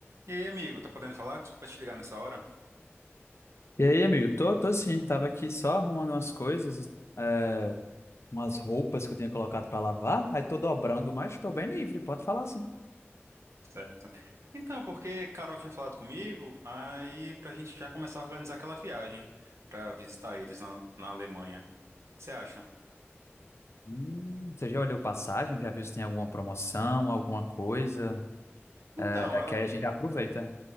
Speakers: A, on the right; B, on the left.
A: E aí, amigo, tá podendo falar? Desculpa te ligar nessa hora.
B: E aí, amigo? Tô, tô sim, tava aqui só arrumando umas coisas, é, umas roupas que eu tinha colocado pra lavar, aí tô dobrando, mas tô bem livre, pode falar assim.
A: Certo. Então, porque Carol tinha falado comigo, aí pra gente já começar a organizar aquela viagem pra visitar eles na, na Alemanha. O que você acha?
B: Hum, você já olhou passagem? Já viu se tem alguma promoção, alguma coisa?
A: Então,
B: É, é
A: ela,
B: que aí a gente já aproveita.